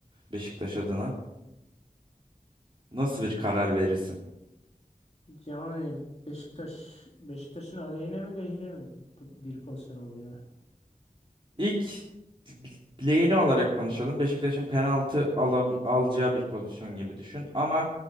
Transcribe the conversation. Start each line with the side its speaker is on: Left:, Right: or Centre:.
Right: Beşiktaş adına. Nasıl bir karar verirsin?
Left: Yani Beşiktaş Beşiktaş'ın aleyhine mi lehine mi p- bir pozisyon oldu yani.
Right: İlk lehine olarak konuşalım. Beşiktaş'ın penaltı ala- alacağı bir pozisyon gibi düşün. Ama